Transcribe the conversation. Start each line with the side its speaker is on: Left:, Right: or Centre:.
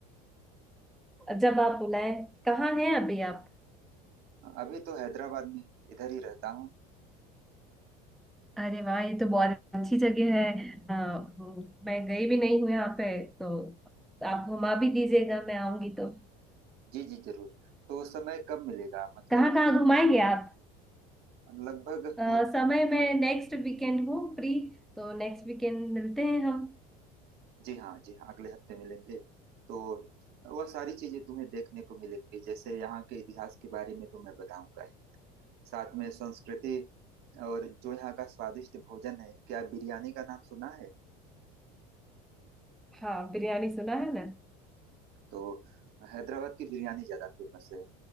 Centre: जब आप बुलाए कहाँ हैं अभी आप
Right: अभी तो हैदराबाद में इधर ही रहता हूँ
Centre: अरे वाह ये तो बहुत अच्छी जगह है आ, मैं गई भी नहीं हूँ यहाँ पे तो आप घुमा भी दीजिएगा मैं आऊंगी तो
Right: जी जी जरूर तो उस समय कब मिलेगा मतलब
Centre: कहाँ कहाँ घुमाएंगे आप
Right: लगभग
Centre: आ,
Right: पूरा
Centre: समय मैं नेक्स्ट वीकेंड हूँ फ्री तो नेक्स्ट वीकेंड मिलते हैं हम
Right: जी हाँ जी हाँ अगले हफ्ते मिलेंगे तो वह सारी चीजें तुम्हें देखने को मिलेंगी जैसे यहाँ के इतिहास के बारे में तो मैं बताऊंगा ही। साथ में संस्कृति और जो यहाँ का स्वादिष्ट भोजन है क्या बिरयानी का नाम सुना है
Centre: हाँ बिरयानी सुना है ना
Right: तो हैदराबाद की बिरयानी ज्यादा फेमस है